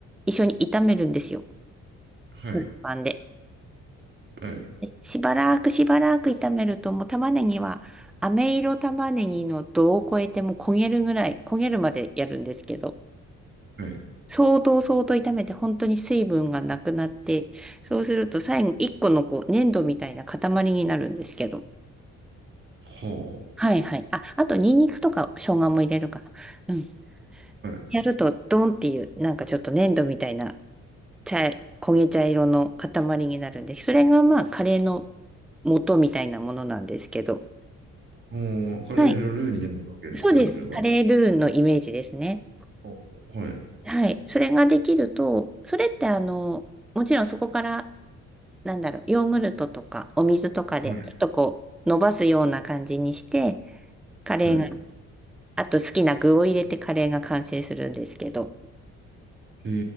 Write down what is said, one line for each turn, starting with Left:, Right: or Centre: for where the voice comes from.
Centre: 一緒に炒めるんですよ。
Right: はい。
Centre: フライパンで。
Right: はい。
Centre: でしばらくしばらく炒めると、もう玉ねぎは、飴色玉ねぎの度を超えてもう焦げるぐらい、焦げるまでやるんですけど、
Right: はい。
Centre: 相当相当炒めて本当に水分がなくなって、そうすると最後一個のこう粘土みたいな塊になるんですけど。
Right: は
Centre: はいはい。あ、あとニンニクとか生姜も入れるかな。うん。
Right: あ。はい。
Centre: やるとドンっていうなんかちょっと粘土みたいな茶、焦げ茶色の塊になるんで、それがまあカレーの元みたいなものなんですけど。
Right: もう、カレーのルーになるわけですか、
Centre: はい。そうです。
Right: それが。
Centre: カレールーのイメージですね。
Right: あはい。
Centre: はい。それができると、それってあの、もちろんそこからなんだろう、ヨーグルトとかお水とかで、
Right: はい。
Centre: ちょっとこう、伸ばすような感じにして、カレーが、
Right: はい。
Centre: あと好きな具を入れてカレーが完成するんですけど、
Right: へ